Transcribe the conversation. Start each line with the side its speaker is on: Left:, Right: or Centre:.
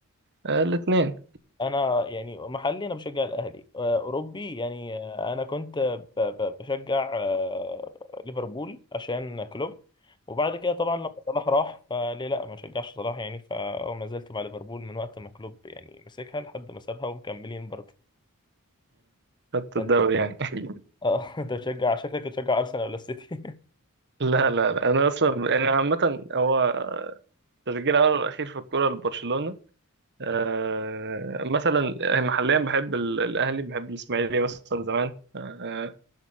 Right: آه الاثنين
Left: انا يعني محلي انا بشجع الاهلي آه اوروبي يعني آه انا كنت ب- ب- بشجع آه ليفربول عشان كلوب وبعد كده طبعا لما صلاح راح فليه لا ما شجعش صلاح يعني فهو ما زلت مع ليفربول من وقت ما كلوب يعني مسكها لحد ما سابها ومكملين برضه
Right: خدت الدوري
Left: انت
Right: يعني <laughs>
Left: اه <laughs> انت بتشجع شكلك بتشجع ارسنال ولا السيتي
Right: لا لا لا انا اصلا انا عامه هو تشجيع الأول والأخير في الكرة لبرشلونة آه مثلا محليا بحب ال- الأهلي بحب الإسماعيلي مثلا زمان آه